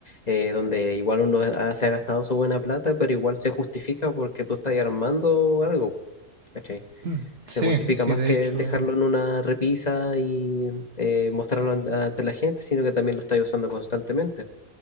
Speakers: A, on the left (about 30°); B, on the right (about 55°).
A: eh, donde igual uno ha- se ha gastado su buena plata, pero igual se justifica porque tú estás armando algo, ¿cachai?
B: mm,
A: Se
B: sí,
A: justifica
B: sí,
A: más
B: de
A: que
B: hecho,
A: dejarlo en una repisa y eh, mostrarlo an- ante la gente, sino que también lo estás usando constantemente.